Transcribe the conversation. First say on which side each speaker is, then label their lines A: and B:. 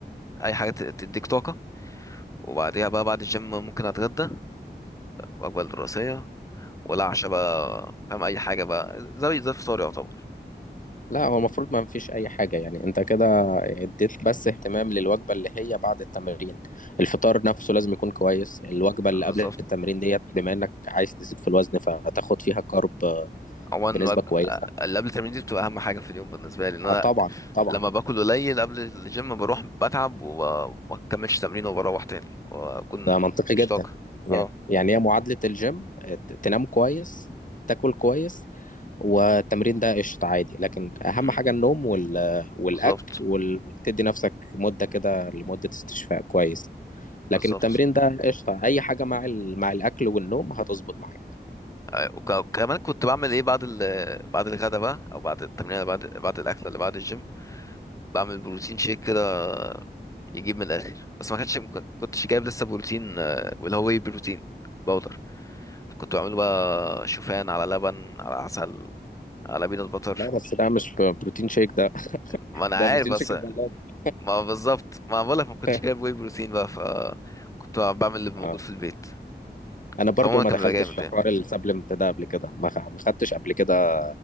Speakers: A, on the left; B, on the left.
A: اي حاجه ت- تديك طاقه وبعديها بقى بعد الجيم ممكن اتغدى الوجبه الرئيسيه ولا عشاء بقى فاهم اي حاجه بقى زي زي الفطار يعتبر
B: لا هو المفروض ما فيش اي حاجه يعني انت كده اديت بس اهتمام للوجبه اللي هي بعد التمرين الفطار نفسه لازم يكون كويس الوجبه اللي
A: بالظبط
B: قبل التمرين ديت بما انك عايز تزيد في الوزن فتاخد فيها كارب
A: عموما
B: بنسبه
A: الوج-
B: كويسه
A: اللي قبل التمرين دي بتبقى اهم حاجه في اليوم بالنسبه لي ان انا
B: اه طبعا طبعا
A: لما باكل قليل قبل الجيم بروح بتعب وما بكملش تمرين وبروح تاني واكون
B: ده منطقي
A: مش
B: جدا
A: طاقه
B: يعني
A: اه
B: يعني هي معادلة الجيم ت- تنام كويس تاكل كويس والتمرين ده قشطة عادي لكن أهم
A: امم
B: حاجة النوم وال... والأكل
A: بالظبط
B: وتدي نفسك مدة كده لمدة استشفاء كويس لكن
A: بالظبط
B: التمرين ده قشطة أي حاجة مع ال... مع الأكل والنوم هتظبط معاك
A: آه، وك- وكمان كنت بعمل ايه بعد ال بعد الغدا بقى او بعد التمرين اللي بعد بعد الاكل اللي بعد الجيم بعمل بروتين شيك كده يجيب من الاخر بس ما كانش ما كنتش جايب لسه بروتين آه، واللي هو واي بروتين باودر كنت بعمله بقى شوفان على لبن على عسل على بينات بطر
B: لا بس ده مش ب- بروتين شيك ده <laughs>
A: ما انا
B: ده
A: عارف
B: بروتين
A: بس
B: شيك الغلابة
A: ما بالظبط ما بقولك ما كنتش
B: <laughs>
A: جايب واي بروتين بقى ف كنت بعمل اللي موجود
B: اه
A: في البيت
B: أنا برضو
A: بس عموما
B: ما
A: كان
B: دخلتش
A: بيبقى جامد
B: في
A: يعني
B: حوار السبلمنت ده قبل كده ما خ- ما خدتش قبل كده